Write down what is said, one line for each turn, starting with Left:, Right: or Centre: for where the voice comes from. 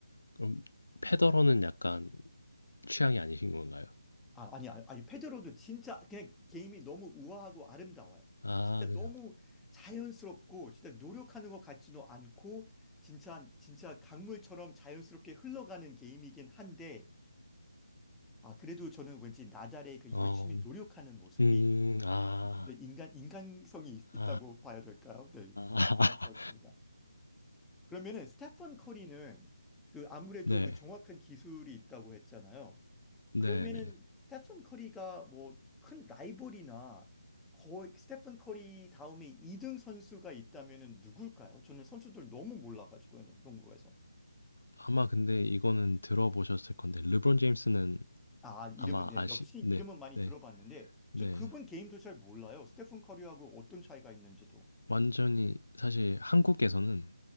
Left: 그럼 페더러는 약간 취향이 아니신 건가요?
Centre: 아, 아니, 아니, 아니, 페드로도 진짜 그냥 게임이 너무 우아하고 아름다워요.
Left: 아,
Centre: 진짜
Left: 그죠.
Centre: 너무 자연스럽고, 진짜 노력하는 것 같지도 않고, 진짜, 진짜 강물처럼 자연스럽게 흘러가는 게임이긴 한데, 아, 그래도 저는 왠지 나달의 그
Left: 어,
Centre: 열심히 노력하는 모습이
Left: 음. 아.
Centre: 좀 더 인간, 인간성이
Left: 아.
Centre: 있, 다고 봐야 될까요? 네. 저-
Left: 아.
Centre: 너무 좋았습니다.
Left: <laughs>
Centre: 그러면은, 스테판 커리는 그 아무래도
Left: 네.
Centre: 그 정확한 기술이 있다고 했잖아요.
Left: 네네.
Centre: 그러면은 스테픈 커리가 뭐 큰 라이벌이나 거의 스테픈 커리 다음에 2등 선수가 있다면은 누굴까요? 저는 선수들 너무 몰라가지고요, 농구에서.
Left: 아마 근데 이거는 들어보셨을 건데 르브론 제임스는
Centre: 아, 이름은,
Left: 아마
Centre: 네,
Left: 아시
Centre: 역시
Left: 네.
Centre: 이름은 많이
Left: 네.
Centre: 들어봤는데,
Left: 네.
Centre: 전 그분 게임도 잘 몰라요. 스테픈 커리하고 어떤 차이가 있는지도.
Left: 완전히 사실 한국에서는